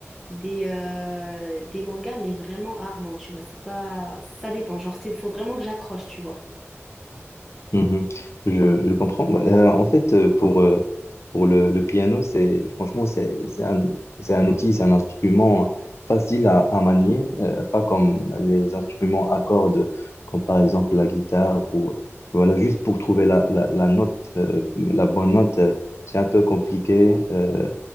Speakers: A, in the centre; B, on the left.
A: des, euh, des mangas, mais vraiment rarement, tu vois. C'est pas... Ça dépend, genre, il faut vraiment que j'accroche, tu vois.
B: mhm. Je, je comprends. Bah, euh, en fait, euh, pour, euh, pour le, le piano, c'est franchement, c'est, c'est un, c'est un outil, c'est un instrument euh, facile à, à manier, euh, pas comme les instruments à cordes, comme par exemple la guitare, ou voilà, juste pour trouver la, la, la note, euh, la bonne note, euh, c'est un peu compliqué. euh,